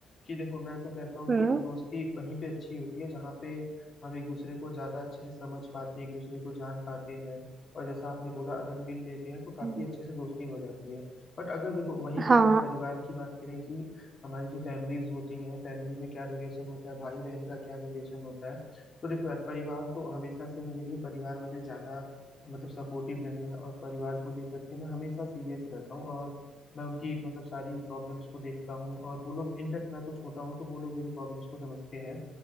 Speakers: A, on the left; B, on the right.
A: कि देखो मैं तो कहता हूँ
B: हम्म
A: कि दोस्ती वहीं पे अच्छी होती है जहाँ पे हम एक दूसरे को ज्यादा अच्छे से समझ पाते हैं एक दूसरे को जान पाते हैं और जैसा आपने बोला अगर मिल लेते हैं तो काफी
B: हम्म।
A: अच्छे से दोस्ती हो जाती है बट अगर देखो वहीं पे
B: हाँ
A: अगर परिवार की बात करें कि हमारी जो फैमिलीज होती हैं फैमिली में क्या रिलेशन होता है भाई बहन का क्या रिलेशन होता है तो देखो यार परिवार तो हमेशा से मेरे लिए परिवार वाले ज्यादा मतलब सपोर्टिव रहे हैं और परिवार को लेकर के मैं हमेशा सीरियस रहता हूँ और मैं उनकी मतलब सारी प्रॉब्लम्स को देखता हूँ और वो लोग इनफैक्ट मैं तो छोटा हूँ तो वो लोग मेरी प्रॉब्लम्स को समझते हैं